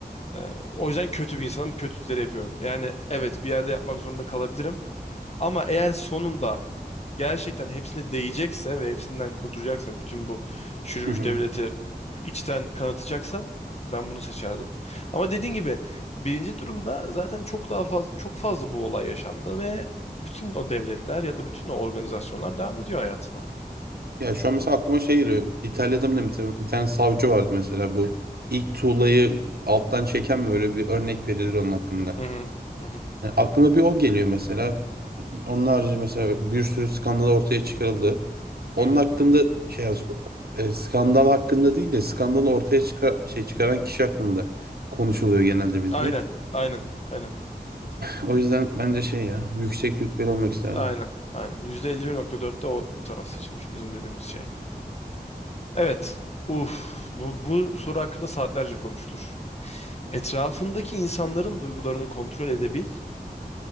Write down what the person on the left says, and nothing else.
E, o yüzden kötü bir insanım. Kötülükleri yapıyorum. Yani evet bir yerde yapmak zorunda kalabilirim. Ama eğer sonunda gerçekten hepsine değecekse ve hepsinden kurtulacaksam bütün bu çürümüş
devleti içten kanatacaksam ben bunu seçerdim. Ama dediğin gibi birinci durumda zaten çok daha fazla çok fazla bu olay yaşandı ve bütün o devletler ya da bütün o organizasyonlar devam ediyor hayatına.
Hı hı. Hı hı.
Hı hı.
Aynen. Aynen. Aynen.
Aynen. Aynen. %51.4'te o taraf seçilmiş bizim dediğimiz şey. Evet. Uf, bu, bu soru hakkında saatlerce konuşulur. etrafındaki insanların duygularını kontrol edebil